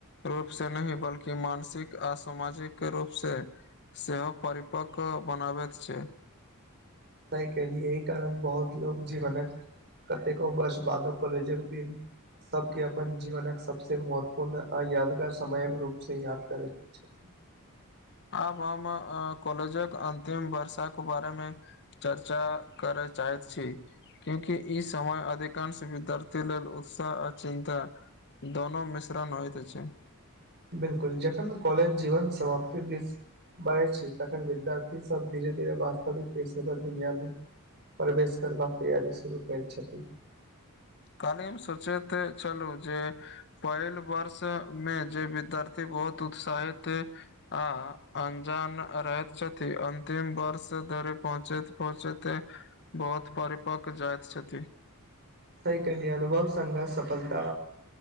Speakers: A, on the left; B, on the right.
A: रूप से नहि बल कि मानसिक आ सामाजिक रूप से सेहो परिपक्व बनाबैत छैय।
B: सही कहलिए एहि कारण बहुत लोग जीवनक कतेको वर्ष बादो कॉलेजक दिन। सब के अपन जीवनक सबसे महत्वपूर्ण आ यादगार समयक रूप से याद करय, <inaudible>
A: आब हम कॉलेजक अंतिम वर्ष के बारे मे, चर्चा करय चाहैत छी, क्यूंकि ई समय अधिकांश विद्यार्थी लेल उत्साह आ चिन्ता, दोनो मिश्रण होइत छैय,
B: बिलकुल जखन कॉलेज जीवन समाप्ति दिस, बढ़ै छी तखन विद्यारथी सब धीेरे धीरे वास्तविक पेशवर दुनिया मे प्रवेश करबाक तैयारी शुरू करैत छथि।
A: काल्हि हम सोचेते छलहुँ जे, पहिल वर्ष मे जे विद्यार्थी बहुत उत्साहित देख, आ अंजान रहैत छथि अन्तिम वर्ष धरि पहुँचैत पहुँचैते, बहुत परिपक्व जाइत छथि।
B: तहि के लिए अनुभव संघर्ष सफलता,